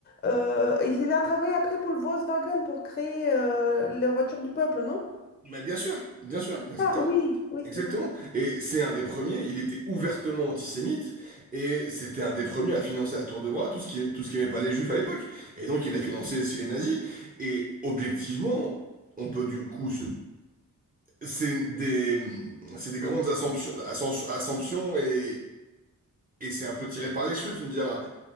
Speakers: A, on the left; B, on the right.
A: euh, il a travaillé après pour le Volkswagen pour créer euh, la voiture du peuple, non?
B: Mais bien sûr, bien sûr, exactement.
A: Ah oui, oui,
B: Exactement.
A: c'est vrai.
B: Et c'est un des premiers, il était ouvertement antisémite, et c'était un des premiers à financer à tour de bras tout ce qui, tout ce qu'aimaient pas les juifs à l'époque. Et donc il a financé aussi les nazis. Et objectivement, on peut du coup se... C'est des, c'est des grandes assumptions, assumptions assumptions et, et c'est un peu tiré par les cheveux, tu me diras.